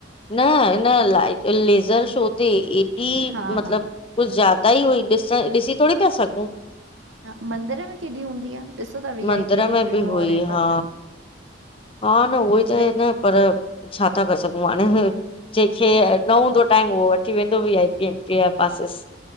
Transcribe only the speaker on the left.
न न लाइ लेज़र शो ते एॾी
मतिलब
कुझ ज्यादा ई हुई ॾिसण ॾिसी थोरी पिया सघूं
मंदर
में बि हुई
हा
हा न उई त
न पर छा था, करे सघूं हाणे? जेंखे अ न हूंदो टाइम, उहो वठी वेंदो वीआईपी एन्ट्री जा पासिस।